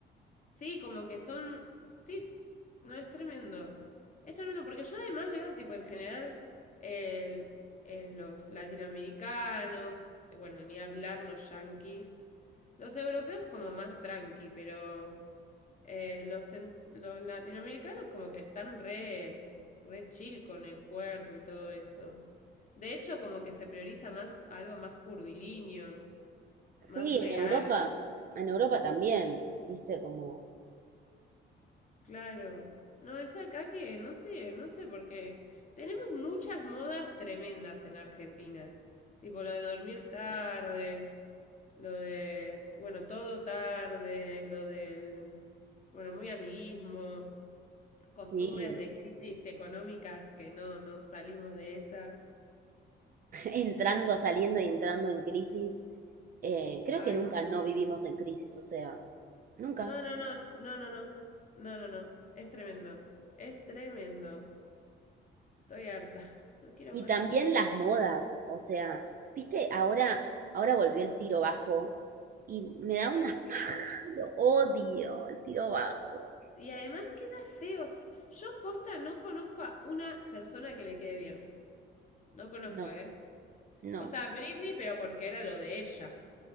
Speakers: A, on the left; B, on the right.
A: Sí, como que son. Sí, no, es tremendo. Es tremendo, porque yo además veo, tipo, en general, el- eh, los latinoamericanos, bueno, ni hablar los yanquis. Los europeos como más tranqui, pero eh, los, en- los latinoamericanos como que están re, re chill con el cuerpo y todo eso. De hecho, como que se prioriza más algo más curvilíneo, más
B: Sí,
A: real.
B: en Europa, en Europa también, viste, como...
A: Claro. No, es acá que no sé, no sé por qué. Tenemos muchas modas tremendas en Argentina. Tipo lo de dormir Sí. tarde, lo de, bueno, todo tarde, lo del, bueno, muy amiguismo, costumbres
B: Sí,
A: de crisis económicas que no, no salimos de esas.
B: entrando, saliendo y entrando en crisis. Eh, creo
A: Ay,
B: que nunca
A: sí.
B: no vivimos en crisis, o sea, nunca.
A: No, no, no, no, no, no. No, no, no. Es tremendo. Es tremendo. Estoy harta. <laughs> No quiero
B: Y
A: más
B: también
A: crisis.
B: las modas, o sea, viste, ahora, ahora volvió el tiro bajo y me da
A: Ay,
B: una
A: sí.
B: <laughs> paja, lo odio, el tiro bajo.
A: Y además queda feo. Yo posta no conozco a una persona que le quede bien. No conozco,
B: No,
A: ¿eh?
B: no,
A: O sea, Britney, pero porque era lo de ella.